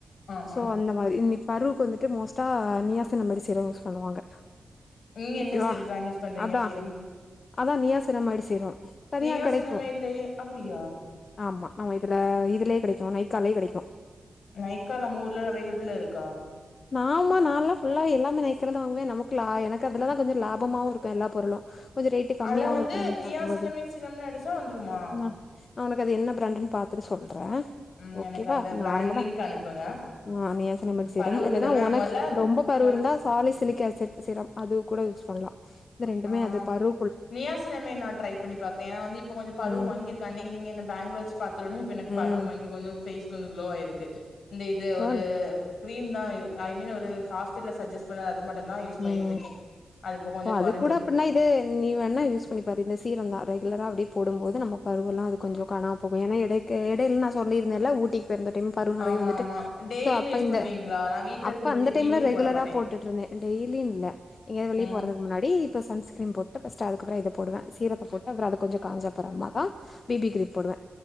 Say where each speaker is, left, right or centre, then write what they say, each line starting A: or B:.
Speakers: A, on the left (about 80°); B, on the left (about 55°).
A: ஆமா
B: சோ அந்த இனி பருக்கு வந்துட்டு மோஸ்டா நீயாசனம்படி சீரம் யூஸ் பண்ணுவாங்க
A: நீங்க என்ன
B: ஓகேவா
A: சீ பிராண்ட் யூஸ் பண்றீங்க
B: அதா
A: சீரம்
B: அதா நீயாசனமைடி சீரம் தனியா
A: நீயா
B: கடைக்கு
A: சினமேட்லயே அப்டியா
B: ஆமா நம்ம இதுல இதுலே கெடைக்கு நைக்காலே கிடைக்கு
A: நைக்கா நம்மூர்ல அவைலபிள் இருக்கா
B: ஆமா நால்லா ஃபுல்லா எல்லாமே நைக்கால தா வாங்குவே நமக்கு எனக்கு அதுலதா கொஞ்சோ லாபமாவு இருக்கு எல்லா பொருளு கொஞ்ச ரேட்டு கம்மியாவு
A: அதுல வந்து
B: இருக்கு நமக்
A: நீயா
B: பாக்கும்போது
A: சினமேட் சீரம்னு அடிச்சா வந்துருமா
B: அ நா உனக் அது என்ன ப்ராண்டுன்னு பாத்துட்டு சொல்றே
A: ம்
B: ஓகேவா
A: <unintelligible>
B: நார்மலா
A: லிங்க் அனுப்புங்க
B: ஆ நியாசினமடு சீரம்
A: பருவுக்கு
B: அது தா
A: தான
B: ஒனக்
A: மொதல்ல
B: ரொம்ப பரு
A: மொல்
B: இருந்தா சாலிசிலிக் ஆசிட் சிரம் அது கூட யூஸ் பண்ணலா இது ரெண்டுமே
A: ஆ
B: அது பரு
A: நியாசினமே நா ட்ரை பண்ணி பாக்கறே ஏனா வந்து இப்ப கொஞ்சோ பரு
B: ம்
A: மங்கிருக்கு அன்னைக்கு நீங்க என்ன பேங்குல வெச்சு பாத் துருன்னே இப்ப எனக்கு
B: ம்
A: பரு மங்கி கொஞ்சோ ஃபேஸ் கொஞ்சோ க்ளோ ஆய்ருக்கு இந்த இது
B: சோ
A: ஒரு க்ரீம் தா யு ஐ மீன் ஒரு ஹாஸ்பிட்டல்ல சஜ்ஜெஸ் பண்ணது அது மட்டுந்தா யூஸ் பண்ணிட்ருக்கே
B: ம்
A: அது இப்ப கொஞ்சோ
B: சோ அது
A: கொறஞ்சிருக்கு
B: கூட அப்பிட்னா இது நீ வேணா யூஸ் பண்ணி பாரு இந்த சீரம் தா ரெகுலரா அப்டியே போடும்போது நம்ம பருவெல்லா அது கொஞ்ச காணாம போகு ஏனா எடைக்கு எடைல் நா சொல்லீர்ந்தேல்ல ஊட்டி போய்ர்ந்த டைம் பரு நெறைய
A: ஆமா
B: வந்துட்டு
A: ஆமா டெய்லியுமே
B: சோ அப்ப
A: யூஸ்
B: இந்த
A: பண்ணுவீங்களா நா வீட்ல இருக்கும்
B: அப்ப
A: போது
B: அந்த
A: எதையுமே
B: டைம்ல ரெகுலரா
A: போட மாட்டே
B: போட்டுட்ருந்தே இன் டெய்லியு இல்ல எங்யாது வெளிய
A: ம்
B: போற துக் முன்னாடி இப்ப சன்ஸ்கிரீன் போட்டு ஃபஸ்ட்டு அதுக்கப்றோ இத போடுவே சீரத்த போட்டு அப்றோ அது கொஞ்சோ காஞ்ச அப்பறமா தா பி பி க்ரீம் போடுவே